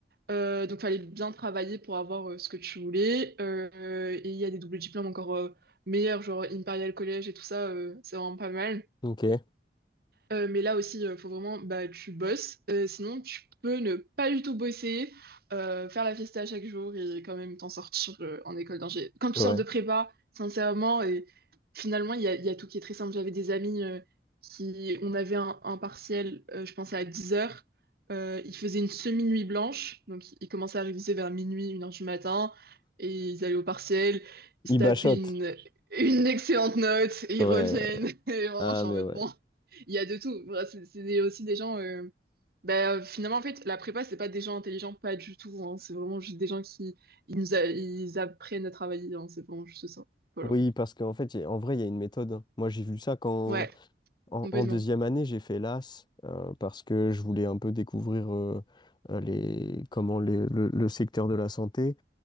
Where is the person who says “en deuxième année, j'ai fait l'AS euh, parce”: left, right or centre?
Left